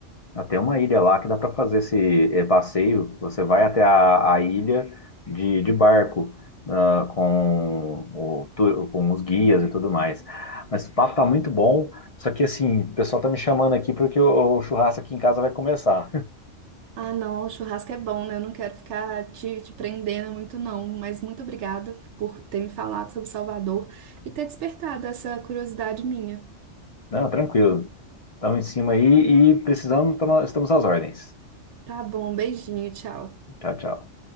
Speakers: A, on the left (about 35°); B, on the right (about 70°).
A: Até uma ilha lá que dá para fazer esse eh, passeio. Você vai até a, a ilha de, de barco, ah, com, o tu- com os guias e tudo mais. Mas o papo tá muito bom. Só que assim, o pessoal tá me chamando aqui porque o, o churrasco aqui em casa vai começar.
B: Ah, não, o churrasco é bom, né? Eu não quero ficar te, te prendendo muito, não. Mas muito obrigada por ter me falado sobre Salvador e ter despertado essa curiosidade minha.
A: <laughs> Não, tranquilo. Estamos em cima aí e precisamos, tamo- estamos às ordens.
B: Tá bom, beijinho, tchau.
A: Tchau, tchau.